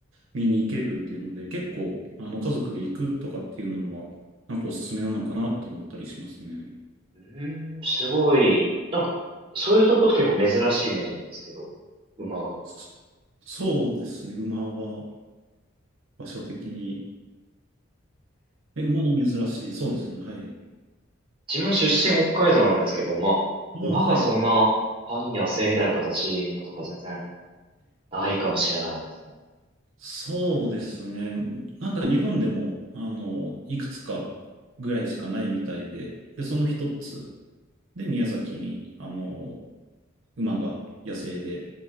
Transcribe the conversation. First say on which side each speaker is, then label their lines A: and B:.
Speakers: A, on the right; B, on the right.
A: 見に行けるっていうので、結構、あの、家族で行くとかっていうのは、なんかおすすめなのかなと思ったりしますね。
B: うーん、すごい。なんか、そういうとこって結構珍しいイメージなんですけど、馬が。
A: そそうですね、馬は場所的に。え、馬が珍しい。そうですよね、はい。
B: 自分出身北海道なんですけど、まあ、
A: まあ、
B: 馬がそんな半野生みたいな形とか全然
A: はい。
B: ないかもしれないですね。
A: そうですね。なんか日本でも、あの、いくつかぐらいしかないみたいで、で、その一つで宮崎に、あの、馬が野生で、